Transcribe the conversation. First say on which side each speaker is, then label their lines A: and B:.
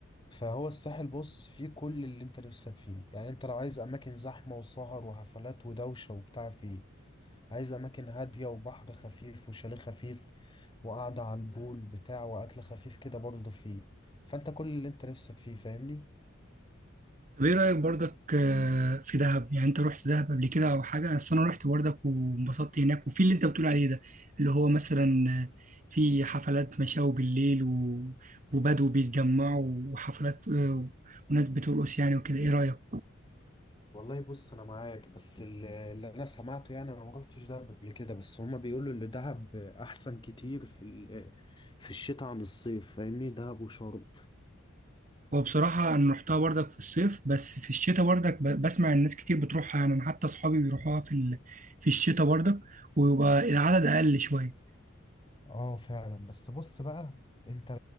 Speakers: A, on the left; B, on the right.
A: فهو الساحل بص فيه كل اللي انت نفسك فيه يعني انت لو عايز اماكن زحمه وسهر وحفلات ودوشه وبتاع فيه عايز اماكن هاديه وبحر خفيف وشاليه خفيف وقعده على البول بتاع واكل خفيف كده برضه فيه فانت كل اللي انت نفسك فيه فاهمني
B: طب ايه رأيك برضك آه، في دهب يعني انت رحت دهب قبل كده او حاجة اصل انا رحت برضك وانبسطت هناك وفي اللي انت بتقول عليه ده اللي هو مثلا آه، في حفلات مشاوي بالليل و- وبدو بيتجمعوا وحفلات آه، وناس بترقص يعني وكده ايه رأيك
A: والله بص انا معاك بس ال- اللي انا سمعته يعني انا ما رحتش دهب قبل كده بس هما بيقولوا ان دهب احسن كتير في ال- في الشتاء عن الصيف فاهمني دهب وشرم
B: وبصراحة انا رحتها برضك في الصيف بس في الشتاء برضك ب- بسمع الناس كتير بتروحها يعني انا حتى اصحابي بيروحوها في ال- في الشتاء برضك ويبقى العدد اقل شوية
A: اه فعلا بس بص بقى انت